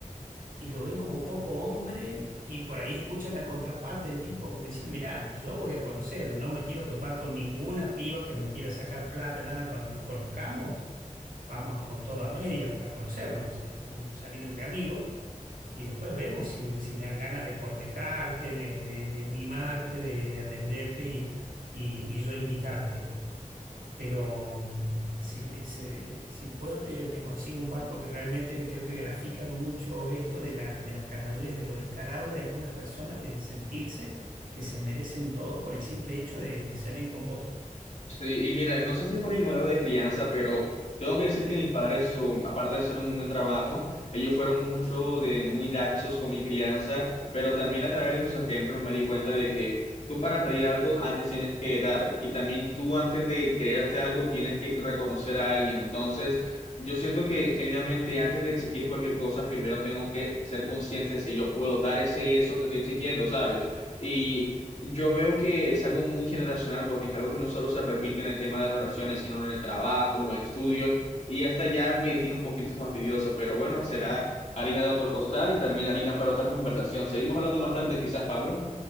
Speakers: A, on the right; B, on the left.
A: y lo ven como poco hombre y por ahí escuchan la contraparte del tipo como diciendo, mirá, yo voy a conocer, no me quiero topar con ninguna piba que me quiera sacar plata, nada, cuando nos conozcamos, vamos con toda media para conocernos, es como salir entre amigos y después vemos si, si me dan ganas de cortejarte, de, de- de mimarte, de, de atenderte y, y, y yo invitarte. Pero mm, si, ese- si puedo te, te consigo un par porque realmente creo que grafican mucho esto de la, de la caradurez, de lo descarado de algunas personas, de sentirse que se merecen todo por el simple hecho de, de salir con vos.
B: Sí, y mira, no sé si por mi modelo de crianza, pero tengo que decir que mis padres, son, aparte de hacer un muy buen trabajo, ellos fueron mucho de muy laxos con mi crianza, pero también a través de sus ejemplos me di cuenta de que tú para pedir algo antes tienes que dar y también tú antes de creerte algo tienes que reconocer a alguien. Entonces, yo siento que genuinamente antes de exigir cualquier cosa, primero tengo que ser consciente de si yo puedo dar ese eso que estoy exigiendo, ¿sabes? Y yo veo que es algo muy generacional porque es algo que no solo se repite en el tema de relaciones, sino en el trabajo, en los estudios, y hasta ya me tiene un poquito fastidioso, pero bueno, será harina de otro costal y también harina para otra conversación. Seguimos hablando más tarde quizás, Pablo.